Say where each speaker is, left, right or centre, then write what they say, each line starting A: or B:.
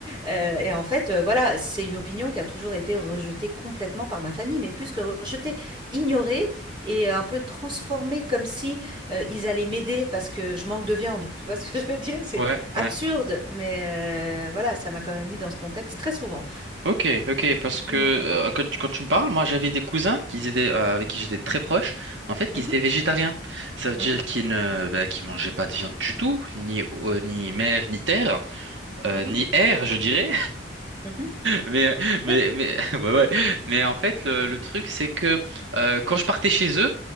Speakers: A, on the right; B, on the right.
A: Euh, et en fait, euh, voilà, c'est une opinion qui a toujours été rejetée complètement par ma famille, mais plus que rejetée, ignorée et un peu transformée comme si euh, ils allaient m'aider parce que je manque de viande. Tu vois ce que <laughs> je veux dire? C'est
B: ouais,
A: absurde,
B: ouais.
A: mais euh, voilà, ça m'a quand même mis dans ce contexte très souvent.
B: Ok, ok, parce que
A: Mm.
B: euh, quand, tu quand tu me parles, moi j'avais des cousins qui étaient euh, avec qui j'étais très proche, en fait, qui
A: Mhm,
B: étaient végétariens. Ça veut dire
A: mhm,
B: qu'ils ne bah, qu'ils mangeaient pas de viande du tout, ni euh, ni mer, ni terre, euh,
A: mhm,
B: ni air, je dirais.
A: mhm,
B: Mais, mais,
A: <laughs>
B: mais, <laughs> ouais, ouais. Mais en fait, le, le truc, c'est que euh, quand je partais chez eux,